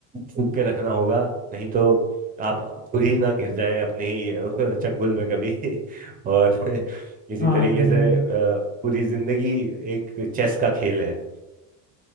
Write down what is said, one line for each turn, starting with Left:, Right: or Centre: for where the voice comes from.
Right: फूक के रखना होगा नहीं तो आप खुद ही ना घिर जाएं अपनी ही अ, चंगुल में कभी <laughs> और इसी
Left: हाँ
Right: तरीके
Left: जी
Right: से
Left: हाँ जी
Right: अ, पूरी जिंदगी एक चेस का खेल है